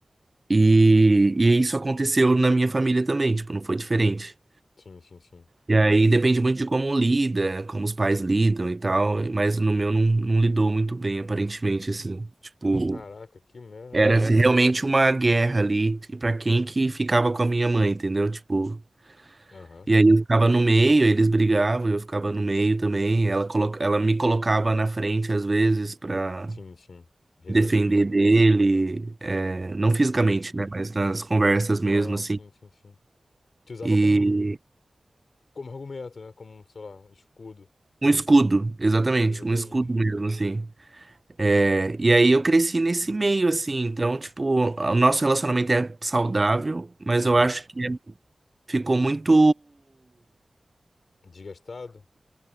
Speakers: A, on the right; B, on the left.
A: E, e isso aconteceu na minha família também, tipo, não foi diferente.
B: Sim, sim, sim.
A: E aí depende muito de como lida, como os pais lidam e tal, mas no meu não, não lidou muito bem, aparentemente, assim. Tipo,
B: Caraca, que merda,
A: era
B: cara.
A: assim, É. realmente uma guerra ali pra quem que ficava com a minha mãe, entendeu? Tipo,
B: Aham.
A: e aí eu ficava no meio, eles brigavam, eu ficava no meio também, ela, colo- ela me colocava na frente às vezes pra.
B: Sim, sim. Resolver
A: defender
B: isso,
A: dele,
B: né?
A: é, não fisicamente,
B: Sim.
A: né, mas nas conversas
B: Não,
A: mesmo,
B: não,
A: assim.
B: sim, sim, sim. Te usava
A: E
B: como, um, como argumento, né? Como, sei lá, um escudo.
A: um escudo, exatamente,
B: Exatamente.
A: um escudo mesmo, assim. É, e aí eu cresci nesse meio, assim, então, tipo, o nosso relacionamento é saudável, mas
B: Aham.
A: eu acho que ficou muito.
B: Desgastado?